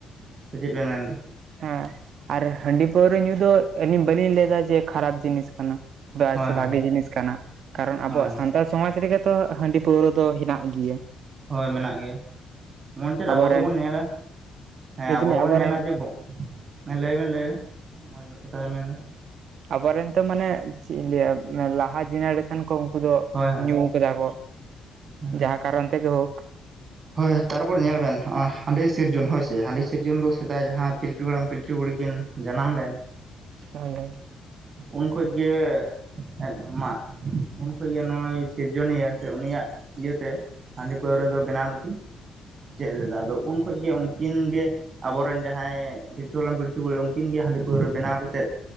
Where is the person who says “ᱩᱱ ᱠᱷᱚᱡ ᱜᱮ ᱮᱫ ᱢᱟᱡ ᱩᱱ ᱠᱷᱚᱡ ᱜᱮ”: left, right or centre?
Right